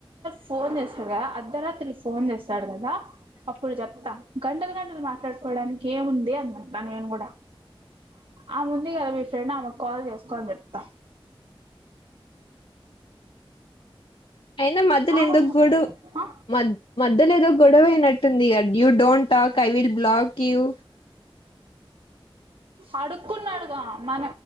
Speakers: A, on the right (about 65°); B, on the left (about 65°).
A: ఫోన్ చేస్తారుగా అద్ద రాత్ర అత ఫోన్ చేస్తాడు కదా అప్పుడు చెప్తా గంటలు గంటలు మాట్లాడుకోవడానికి ఏముంది అన అంటా నేను కూడా ఆ ముంది కదా మీ ఫ్రెండ్ ఆమెకు కాల్ చేసుకో అని చెప్తా
B: అయినా మధ్యలో
A: ఆమె
B: ఎందుకు గుడు
A: ఆ
B: మ మద్ద లేదో గొడవనట్టుంది you don't talk I will block you
A: అడుక్కున్నాడుగా మన